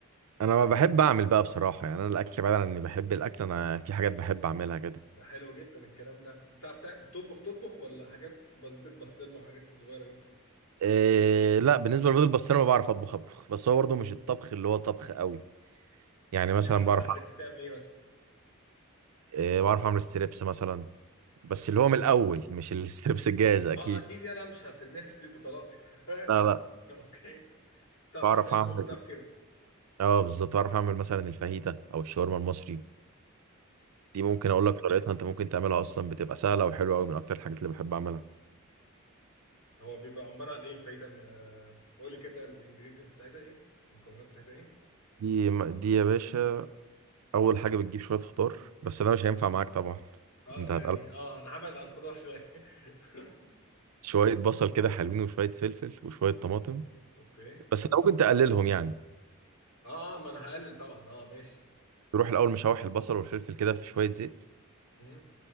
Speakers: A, on the right; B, on the left.
A: أنا ما بحب أعمل بقى بصراحة يعني أنا الأكل بعيد عن إني بحب الأكل أنا في حاجات بحب أعملها كده
B: ده حلو جدا الكلام ده بتعرف تع- بتطبخ تطبخ ولا حاجات بس بيت بسطرمه والحاجات الصغيره دي
A: إيه لا بالنسبة للبيض البسطرمة بعرف أطبخ أطبخ بس هو برضه مش الطبخ اللي هو طبخ قوي يعني
B: يعني
A: مثلا
B: انت
A: بعرف
B: عرفت تعمل ايه بس
A: إيه بعرف أعمل ستريبس مثلا بس اللي هو من الأول مش الستريبس <laughs> الجاهز أكيد
B: اه اكيد يعني انا مش هترميها في الزيت وخلاص
A: لا لا
B: <laughs> اوكي بتعرف
A: بعرف
B: تتبل
A: أعمل
B: وبتعرف كده
A: اه بالظبط بعرف أعمل مثلا الفاهيتا أو الشاورما المصري دي ممكن
B: يعني
A: اقول لك طريقتها انت ممكن تعملها اصلا بتبقى سهله وحلوه قوي من اكتر الحاجات اللي بحب اعملها
B: هو بيبقى عباره عن ايه الفايته م- قولي كده الانجريدينتس بتاعتها ايه المكونات بتاعتها ايه
A: دي دي يا باشا اول حاجه بتجيب شويه خضار بس انا مش هينفع معاك طبعا
B: اه
A: انت
B: ما
A: هتقلب
B: يعني اه انا هبعد عن الخضار شويه <laughs>
A: شويه بصل كده حلوين وشويه فلفل وشويه طماطم
B: اوكي
A: بس انت ممكن تقللهم يعني
B: اه آه، ما انا هقلل طبعا اه ماشي
A: تروح الاول مشوح البصل والفلفل كده في شويه زيت
B: مم.